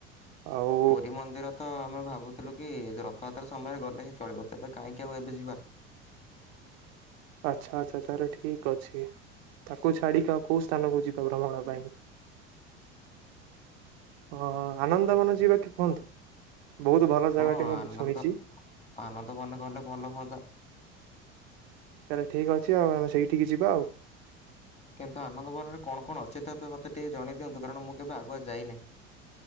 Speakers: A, on the right; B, on the left.
A: ଆଉ
B: ପୁରୀ ମନ୍ଦିର ତ ଆମେ ଭାବୁଥିଲୁ କି ର ଥତର ସମୟରେ ଗଲେ ହିଁ ଚଳିବ ତେବେ କାହିଁକି ଆଉ ଏବେ ଯିବା।
A: ଆଚ୍ଛା ଆଚ୍ଛା ତାେଲେ ଠିକ ଅଛି ତାକୁ ଛାଡ଼ିକି ଆଉ କୋଉ ସ୍ଥାନକୁ ଯିବା ଭ୍ରମଣ ପାଇଁ <inaudible> ଆନନ୍ଦବନ ଯିବା କି କୁହନ୍ତୁ? ବହୁତ ଭଲ ଜାଗାଟି
B: ହଁ ଆନନ୍ଦ
A: ମୁଁ ଶୁଣିଛି
B: ଆନନ୍ଦ ବାନଗଲେ ଭାଭଲ ହୁଅନ୍ତା।
A: ତାେଲେ ଠିକ ଅଛି ଆଉ ଆମେ ସେଇଠିକି ଯିବା ଆଉ।
B: କିନ୍ତୁ ଆନନ୍ଦବନରେ କଣ କଣ ଅଛି ତ ଏବେ ମତେ ଟିକେ ଜଣେଇ ଦିଅନ୍ତୁ କାରଣ ମୁଁ କେବେ ଆଗୁଆ ଯାଇନାହିଁ।